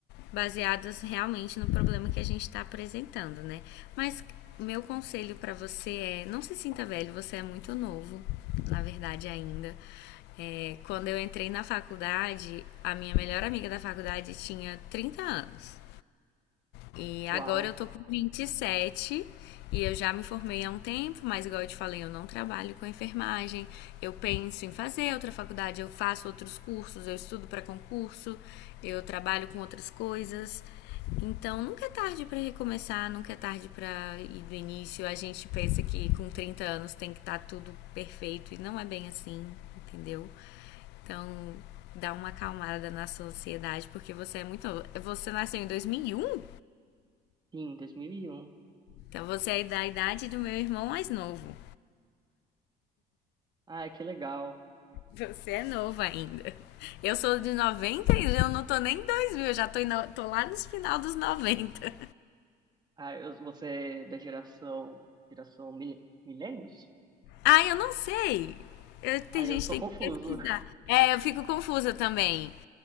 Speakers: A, on the left; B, on the right.
A: baseadas realmente no problema que a gente está apresentando, né? Mas meu conselho para você é: não se sinta velho, você é muito novo, na verdade, ainda. É, quando eu entrei na faculdade, a minha melhor amiga da faculdade tinha 30 anos. E
B: Uau,
A: agora eu tô com vinte e sete e eu já me formei há um tempo, mas igual eu te falei, eu não trabalho com enfermagem. Eu penso em fazer outra faculdade, eu faço outros cursos, eu estudo para concurso, eu trabalho com outras coisas. Então nunca é tarde para recomeçar, nunca é tarde para ir do início. A gente pensa que com 30 anos tem que estar tá tudo perfeito e não é bem assim, entendeu? Então dá uma acalmada na sociedade porque você é muito novo. Você nasceu em dois mil e um
B: sim, 2001.
A: Então você é da idade do meu irmão mais novo.
B: Ah, que legal.
A: Você é novo ainda. Eu sou de 90 e eu não tô nem em 2000. eu já tô, em- tô lá nos final dos noventa.
B: Ah, eu- você é da geração, geração mil, millennials?
A: Ah, eu não sei. Eu, tem
B: Ah, eu
A: gente
B: sou
A: que tem
B: confuso.
A: que pesquisar.
B: <laughs>
A: É, eu fico confusa também.